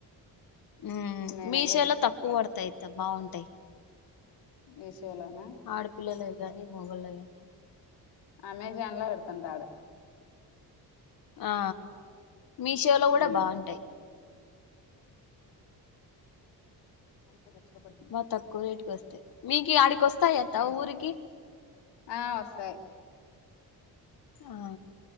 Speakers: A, on the left (about 60°); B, on the left (about 85°).
A: ఉమ్
B: నేనెల్ల
A: మీషోలో
B: ఏట్లా
A: తక్కువ పడతాయి బాగుంటాయి
B: విషోలోనా
A: ఆడపిల్లలకు కానీ మొగళ్ళకు కానీ
B: అమెజాన్ లో పెడుతుంటాడు
A: ఆ మీషోలో కూడా
B: ఉమ్.
A: బాగుంటాయి
B: కొనుక్కోవచ్చు
A: బా తక్కువ రేటుకి వస్తాయి మీకి అడికి వస్తాయి అత్త ఊరికి
B: ఆ వస్తాయి
A: ఆ